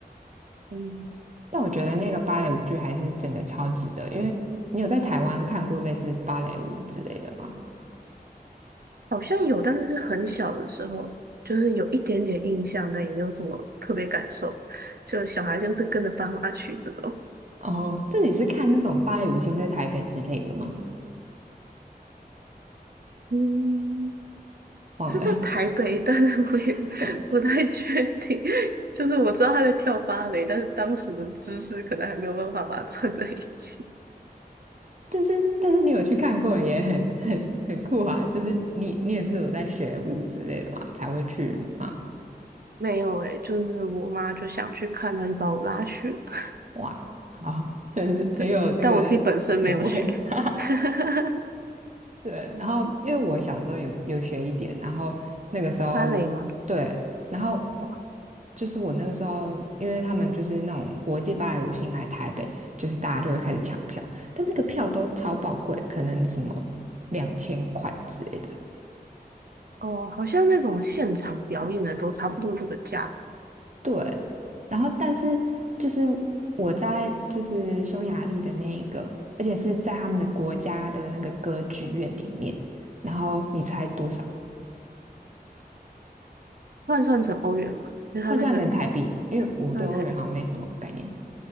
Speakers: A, on the right; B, on the right.
A: 嗯，
B: 但我觉得那个芭蕾舞剧还是真的超值得，因为你有在台湾看过类似芭蕾舞之类的吗？
A: 好像有，但是是很小的时候，就是有一点点印象，但也没有什么特别感受。就小孩就是跟着爸妈去这种，
B: 哦，那你是看那种芭蕾舞星在台北之类的吗？
A: 嗯，
B: 忘了，
A: 是在台北，但是我也
B: <laughs>
A: <laughs> 不太确定。就是我知道他在跳芭蕾，但是当时的知识可能还没有办法把它串在一起。
B: 但是但是你有去看过，也很很很酷啊！就是你你也是有在学舞之类的嘛，才会去嘛？
A: 没有诶、就是我妈就想去看，她就把我拉去了。<laughs>
B: 哇，好，<laughs> 很很有那个品味，
A: 对，但我自己本身没有学
B: <laughs>
A: <laughs>
B: 对，然后因为我小时候有有学一点，然后那个时候
A: 芭蕾吗？
B: 对，然后
A: 哇，
B: 就是我那个时候，因为他们就是那种国际芭蕾舞星来台北，就是大家就会开始抢票，但那个票都超宝贵，可能什么两千块之类的。
A: 哦，好像那种现场表演的都差不多这个价格，
B: 对，然后但是就是我在就是匈牙利的那一个，而且是在他们的国家的那个歌剧院里面，然后你猜多少？
A: 换算成欧元嘛，因为它那个
B: 换算成台币，因为我对欧元好像没什么概念。
A: 算彩礼，